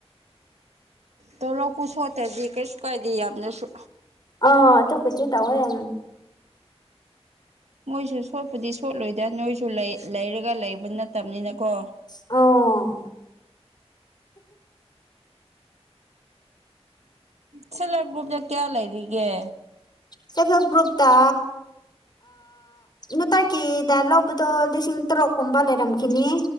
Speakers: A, on the right; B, on the left.
A: ꯇꯣꯂꯣꯛꯄꯨ ꯁꯣꯠꯇ꯭ꯔꯗꯤ ꯀꯩꯁꯨ ꯀꯥꯢꯗꯦ ꯌꯥꯝꯅꯁꯨ
B: ꯑ ꯑꯗꯨꯕꯨꯗꯤ ꯇꯋꯥꯌꯦ
A: ꯃꯣꯢꯁꯨ ꯁꯣꯠꯄꯨꯗꯤ ꯁꯣꯠꯂꯣꯢꯗ ꯅꯣꯢꯁꯨ ꯂꯩ ꯂꯩꯔꯒ ꯂꯩꯕ ꯅꯠꯇꯕꯅꯤꯅꯀꯣ
B: ꯑꯣ
A: ꯁꯦꯜꯐ ꯒ꯭ꯔꯨꯞꯗ ꯀꯌꯥ ꯂꯩꯔꯤꯒꯦ
B: ꯁꯦꯜꯐ ꯒ꯭ꯔꯨꯞꯇꯥ ꯅꯨꯡꯇꯀꯤꯗ ꯂꯧꯕꯗꯣ ꯂꯤꯁꯤꯡ ꯇꯔꯨꯛꯀꯨꯝꯕ ꯂꯩꯔꯝꯈꯤꯅꯤ